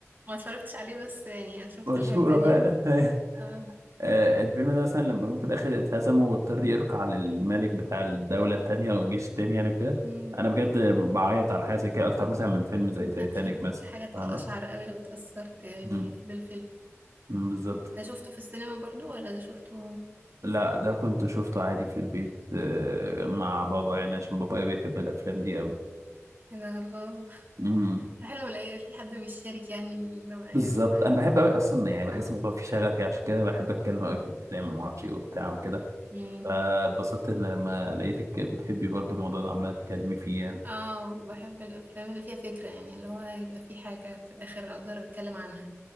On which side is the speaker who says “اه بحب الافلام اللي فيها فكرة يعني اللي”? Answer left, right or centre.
Right